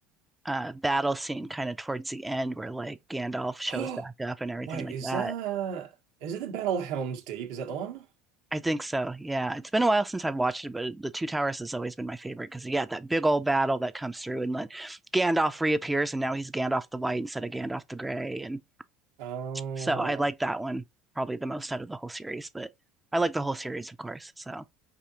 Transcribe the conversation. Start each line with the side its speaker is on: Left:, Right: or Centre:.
Centre: uh, battle scene kind of towards the end, where like Gandalf shows
Right: <gasps>
Centre: back up and everything
Right: Wait,
Centre: like
Right: is
Centre: that.
Right: that is it the Battle of Helm's Deep? Is that the one?
Centre: I think so. Yeah. It's been a while since I've watched it, but the Two Towers has always been my favorite because, yeah, that big old battle that comes through and then Gandalf reappears and now he's Gandalf the White instead of Gandalf the Gray. And
Right: Oh,
Centre: so I like that one probably the most out of the whole series, but I like the whole series, of course. So